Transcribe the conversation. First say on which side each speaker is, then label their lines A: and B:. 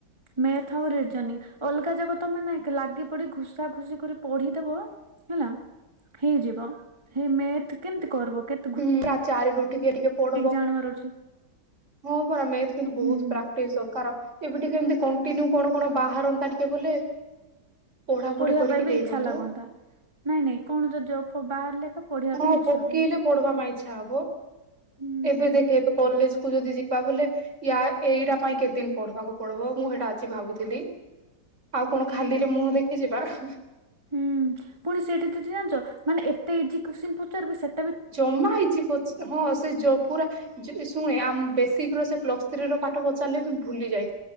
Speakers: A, on the right; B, on the right.
A: ମେଥ ଆଉ ରିଜୋନି ଅଲଗା ଯାକ ତମେ ନାଇଁ କି ଲାଗି ପଡି ଘୁସା ଘୁସି କରି ପଢିଦବ ହେଲା। ହେଇଯିବ ହେଇ ମେଥ କେମୀତି କରିବ କେ
B: ହୁଁ ରା ଚାରିରୁୁ ଉଠିକି ଏ ଟିକେ ପଢବ
A: ଜାଣିବାର ଅଛି
B: ହଁ ପରା ମେଥ କିନ୍ତୁ ବହୁତ
A: ହୁଁ
B: ପ୍ରା ଟି ସରକାର ଏବେ ଟିକେ ଏମିତି କଣ୍ଟିନିଉ କଣ କଣ ବାହାରନ୍ତା ଟିକେ ବୋଲେ। ପଢାପଢି
A: ପଢିବା
B: କରିକି
A: ପାଇଁ ବି
B: ଦେଇଦିଅନ୍ତୁ
A: ଇଚ୍ଛା ଲାଗନ୍ତା ନାଇଁ ନାଇଁ କଣ ଯ ଜବ ଫବ୍ ବାହାରଲେ ଏକା ପଢିବା
B: ହଁ
A: ପାଇଁ ଇଚ୍ଛା
B: ପକେଇଲେ
A: ହବ
B: ପଢିବା ପାଇଁ ଇଚ୍ଛା ହବ
A: ହୁଁ
B: ଏବେ ଦେଖେ। କଲେଜ କୁ ଯଦି ଯିବା ବୋଲେ। ୟା ଏଇଟା ପାଇଁ କେତେ ଦିନ ପଢବାକୁ ପଡବ ମୁଁ ହେଇଟା ଆଜି ଭାବୁଥିଲି। ଆଉ କଣ ଖାଲିରେ
A: ହୁଁ
B: ମୁହଁ ଦେଖି ଯିବା ହା।
A: ହୁଁ ପୁଣି ସେଇଠି ଦିଦି ଜାଣିଛ ମାନେ ଏତେ ଇଜି କୋଷ୍ଚିନ ପଚାରିବେ ସେ
B: ଜମା ହେଇଛି ପଛେ ହଁ ସେ ଯୋ ପୁରା। ଯୁ ଏ ଶୁଣେ ଆମ ବେସିକ ର ସେ ପ୍ଲସ ଥ୍ରୀ ର ପାଠ ପଚାରିଲେ ବି ଭୁଲି ଯାଇ